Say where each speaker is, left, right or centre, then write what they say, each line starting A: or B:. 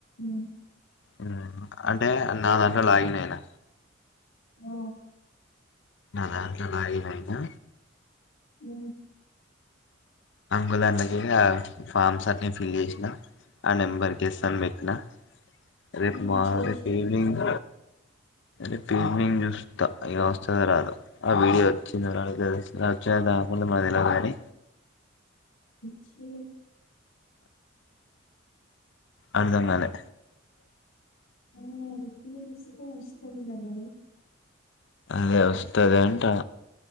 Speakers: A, on the left; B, on the left.
A: ఉమ్,
B: ఉమ్ అంటే అన్ నా దాంట్లో లాగిన్ ఐనా
A: ఆ
B: నా దాంట్లో లాగిన్ ఐనా
A: ఊ
B: అంగుల్ దాంట్ల గూడ ఫామ్స్ అన్ని ఫిల్ చేసినా ఆ నెంబర్ కి ఎస్ అని బెట్నా రేపు
A: ఉమ్,
B: మా
A: చేసి
B: రేపు ఈవినింగ్ రేపు ఈవినింగ్ చూస్తా ఇగ వస్తాదో రాదో ఆ వీడియో వచ్చిందా రాదా <unintelligible> ముందు మాకు దెల్వదు గానీ
A: ఛీ
B: అర్ధం గాలే
A: <inaudible> నువ్వొస్తే వస్తది గదా
B: అదే వస్త్ టదే అంటా